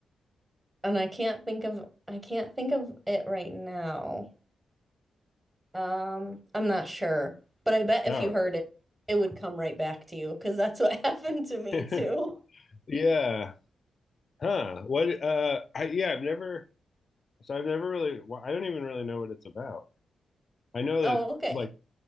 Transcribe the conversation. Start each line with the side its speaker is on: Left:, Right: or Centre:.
Right: and I can't think of I can't think of it right now. Um, I'm not sure, but I bet if
Left: All
Right: you heard it, it would come right back to you because that's what <laughs> happened to me
Left: right.
Right: too.
Left: <laughs> Yeah. Huh. What? Uh. I yeah. I've never. So I've never really. well, I don't even really know what it's about. I know
Right: Oh,
Left: that
Right: okay.
Left: like